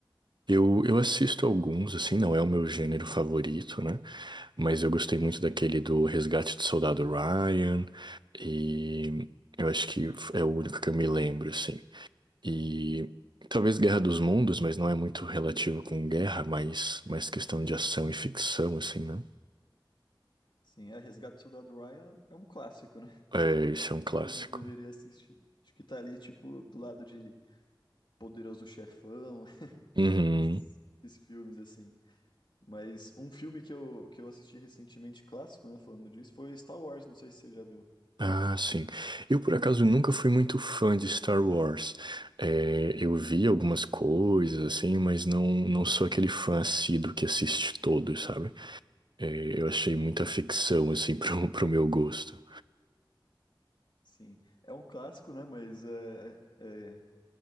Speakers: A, on the right; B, on the left.
A: Eu, eu assisto alguns, assim, não é o meu gênero favorito, né? Mas eu gostei muito daquele do Resgate do Soldado Ryan, e eu acho que é o único que eu me lembro, assim. E talvez Guerra dos Mundos, mas não é muito relativo com guerra, mas mais questão de ação e ficção, assim, né?
B: Sim, é Resgate do Soldado Ryan é um clássico, né?
A: É, esse é um clássico.
B: Todo mundo deveria assistir. Acho que tá ali, tipo, do lado de Poderoso Chefão, <laughs>
A: Uhum.
B: esses, esses filmes, assim. Mas um filme que eu, que eu assisti recentemente, clássico, né? Falando disso, foi Star Wars. Não sei se você já viu.
A: Ah, sim. Eu, por acaso, nunca fui muito fã de Star Wars. É, eu vi algumas coisas, assim, mas não, não sou aquele fã assíduo que assiste todos, sabe? É, eu achei muita ficção, assim, <laughs> pro, pro meu gosto.
B: Sim, é um clássico, né? Mas é, é-